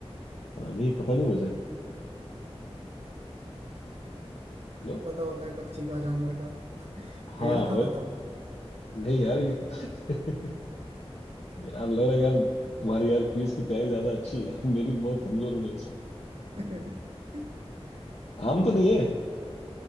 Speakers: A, on the left; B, on the right.
A: हाँ, नहीं पता नहीं मुझे हेलो
B: पता होता है पक्षी का जानवर का
A: हाँ
B: पेड़ का
A: हो
B: बताओ
A: नहीं यार ये- <laughs> यार लग रहा है यार तुम्हारी यार क्विज की तैयारी ज्यादा अच्छी है <laughs> मेरी बहुत कमजोर हूँ मैं
B: <laughs>
A: आम तो नहीं है